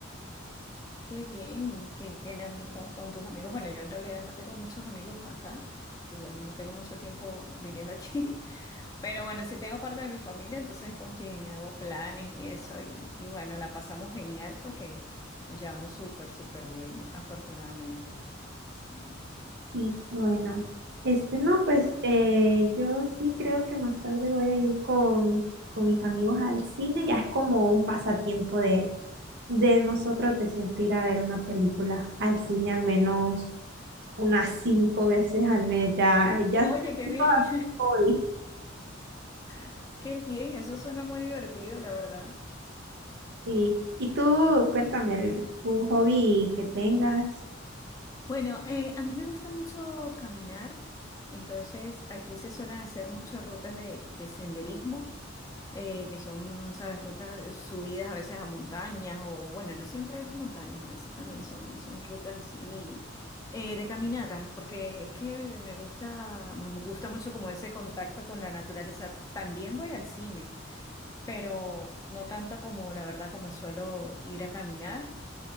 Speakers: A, on the left; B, on the right.
A: qué bien, que, que en ami- con, con tus amigos. Bueno, yo en realidad no tengo muchos amigos acá, porque bueno, no tengo mucho tiempo viviendo aquí. Pero bueno, sí tengo parte de mi familia, entonces es con quien hago planes y eso. Y, y bueno, la pasamos genial porque nos llevamos súper, súper bien, afortunadamente. Sí.
B: Sí, bueno. Este, no, pues eh, yo sí creo que más tarde voy a ir con, con mis amigos al cine. Ya es como un pasatiempo de de nosotros de siempre ir a ver una película al cine al menos unas cinco veces al mes, ya, ya
A: Oye,
B: se me
A: qué bien.
B: hizo un hobby.
A: <laughs> Qué bien, eso suena muy divertido, la verdad.
B: Sí, y tú cuéntame algún hobby que tengas,
A: Bueno, eh, a mí me gusta mucho caminar, entonces aquí se suelen hacer muchas rutas de, de senderismo. eh, que son, sabes, rutas, subidas a veces a montañas o bueno, no siempre es montañas, a veces también son, son rutas así eh, de caminatas, porque es que me gusta, me mu- gusta mucho como ese contacto con la naturaleza. También voy al cine, pero no tanto como la verdad como suelo ir a caminar.